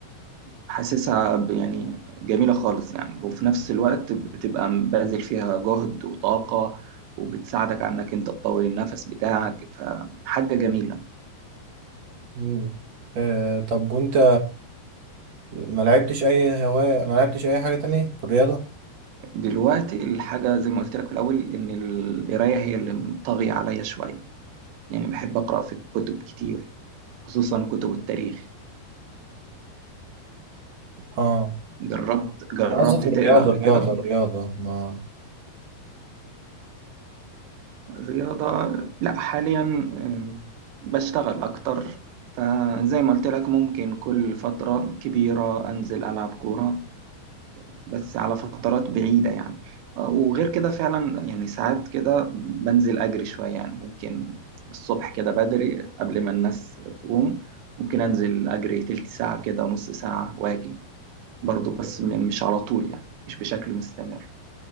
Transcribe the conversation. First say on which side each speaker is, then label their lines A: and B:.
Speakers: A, on the right; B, on the right.
A: حاسسها ب- يعني جميلة خالص يعني وفي نفس الوقت بتبقى باذل فيها جهد وطاقة وبتساعدك على انك انت تطول النفس بتاعك فحاجة جميلة
B: مم. آه طب وانت ما لعبتش اي هواية ما لعبتش اي حاجة تانية في الرياضة
A: دلوقتي الحاجة زي ما قلت لك في الأول إن القراية هي اللي طاغية عليا شوية يعني بحب أقرأ في كتب كتير خصوصا كتب التاريخ
B: اه
A: جربت جربت
B: أنا قصدي في الرياضة
A: تقرأ قبل
B: الرياضة
A: كده
B: الرياضة ما
A: الرياضة لا حاليا آم، بشتغل أكتر فزي ما قلت لك ممكن كل فترة كبيرة أنزل ألعب كورة بس على فترات بعيدة يعني آه، وغير كده فعلا يعني ساعات كده بنزل أجري شوية يعني ممكن الصبح كده بدري قبل ما الناس تقوم ممكن أنزل أجري تلت ساعة كده نص ساعة وأجي برضه بس م- مش على طول يعني مش بشكل مستمر